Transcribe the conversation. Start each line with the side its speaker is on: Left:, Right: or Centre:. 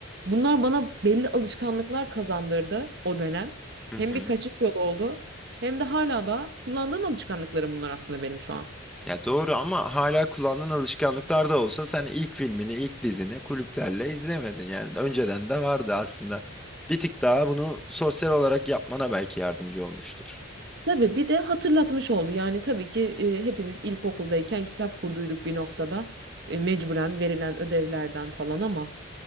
Right: Bunlar bana belli alışkanlıklar kazandırdı o dönem.
Centre: Hı hı.
Right: Hem bir kaçış yolu oldu hem de hala da kullandığım alışkanlıklarım bunlar aslında benim şu an.
Centre: Ya doğru ama hala kullandığın alışkanlıklar da olsa sen ilk filmini, ilk dizini kulüplerle izlemedin. Yani önceden de vardı aslında. Bir tık daha bunu sosyal olarak yapmana belki yardımcı olmuştur.
Right: Tabii bir de hatırlatmış oldu. Yani tabii ki e, hepimiz ilkokuldayken kitap kurduyduk bir noktada. E, mecburen verilen ödevlerden falan ama